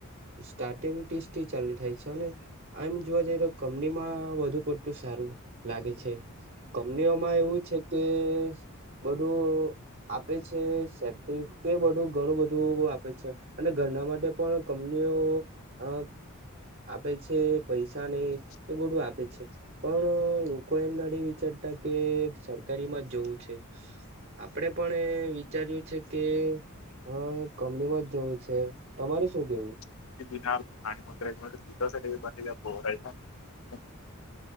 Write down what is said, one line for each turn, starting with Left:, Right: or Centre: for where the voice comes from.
Right: સ્ટાર્ટિંગ ટીસ્ટી ચાલી થાય છે અને એમ જોવા જઈ તો કંપનીમાં વધુ પડતું સારું લાગે છે. કંમનીઓમાં એવું છે કે બધું. આપે છે સેફ્ટી કે બધું ઘણું બધું આપે છે. અને ઘરના માટે પણ કંપનીઓ અ આપે છે. પૈસા ને એ બધું આપે છે પણ લોકો એમના વિચાર તા કે સરકારી માં જવું છે. આપડે પણ વિચાર્યું છે કે હ કમનીમાં જ જવું છે તમારે શું કેવું.
Left: બના ખણી વગ ભજ બલા ભરા છે <inaudible>